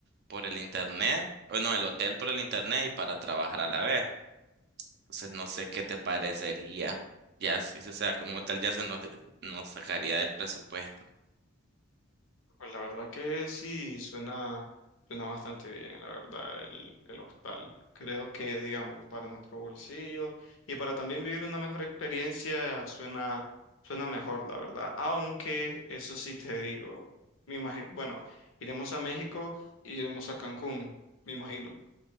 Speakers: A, on the right (about 55°); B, on the left (about 70°).
A: por el internet, o no, el hotel por el internet y para trabajar a la vez. Entonces no sé qué te parecería. Ya, es- o sea, como tal ya se nos, nos sacaría del presupuesto.
B: Pues la verdad que sí, suena, suena bastante bien, la verdad, el, el hostal. Creo que, digamos, para nuestro bolsillo y para también vivir una mejor experiencia, suena, suena mejor, la verdad. Aunque, eso sí te digo, me imagino, bueno, iremos a México y iremos a Cancún, me imagino.